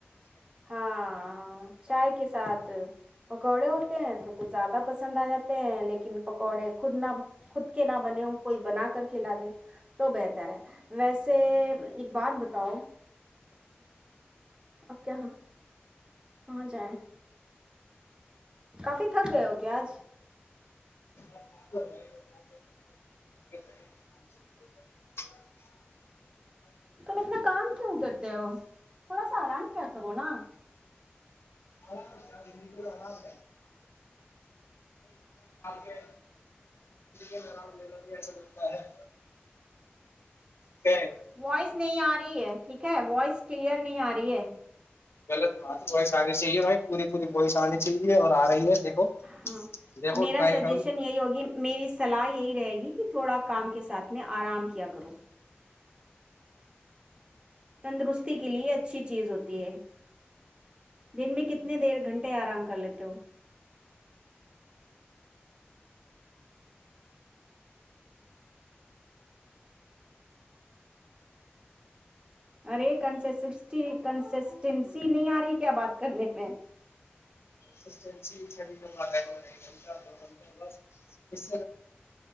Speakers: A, on the right; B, on the left.
A: ہاں چائے کے ساتھ <unintelligible> تو <inaudible> پکوڑے ہوتے ہیں تو کچھ زیادہ پسند <unintelligible> پسند آ جاتے ہیں لیکن <unintelligible> پکوڑے خود ن خود <unintelligible> کہ نہ بنے ہو کوئی بنا کے کر کھلا دیں تو بہتر ہے ویسے ایک بات بتاؤ آ کیااں کہاں جائے کافی تھک گئے ہو کیا آج
B: السلام علیکم محترم
A: توم اتنا کام کیوں کر تھوڑا سا آرام پیا کرو نا
B: آرام ہے آرام لینا بھی ایسا لگتا ہے کہ
A: وائس نہیں آ رہی ہے ٹھیک ہے وائس کلیئر نہیں آ رہی ہے
B: غلط بات ہے وائش آنی چاہیے بھائی پوری پوری وواہش آنی چاہیے اور آ رہی ہے دیکھو
A: ہاں
B: دیکھو
A: میرا
B: ٹرائی
A: سجیشن
B: کروں
A: یہی ہوگی میری سلاح یہی رہے گی کہ تھوڑا کام کے ساتھ میں آرام کیا کرو تندرستی کے لیے اچھی چیز ہوتی دن میں کتنے دیر گھنٹے آرام کر لیتے ہو ارے کن کنسسٹینسی نہیں آ رہی کیا بات کرنے میں
B: گ گھنٹہ دو گنٹہ بس